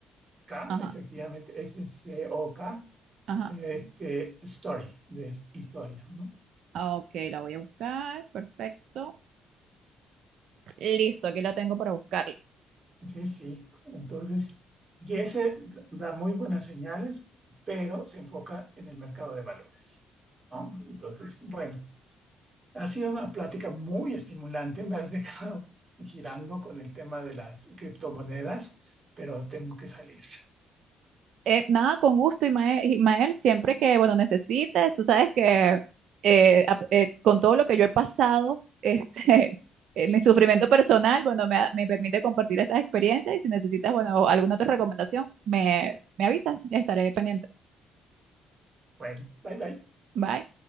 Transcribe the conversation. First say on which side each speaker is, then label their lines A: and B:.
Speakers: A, on the right; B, on the right.
A: K
B: Ajá,
A: efectivamente, S S O K
B: ajá.
A: este, Story, de historia, ¿no?
B: Ah, Ok, la voy a buscar. Perfecto. Listo, aquí la tengo para buscarla.
A: Sí, sí. Entonces, y ese da muy buenas señales, pero se enfoca en el mercado de valores, ¿no? Entonces, bueno, ha sido una plática muy estimulante. Me has <laughs> dejado girando con el tema de las criptomonedas, pero tengo que salir.
B: Eh, nada, con gusto, Imael, Imael, siempre que, bueno, necesites, tú sabes que eh, ap- eh, con todo lo que yo he pasado, este, <laughs> eh, mi
A: <laughs>
B: sufrimiento personal, bueno, me, ha- me permite compartir estas experiencias y si necesitas, bueno, alguna otra recomendación, me, me avisas, estaré pendiente.
A: Bueno, bye bye.
B: Bye.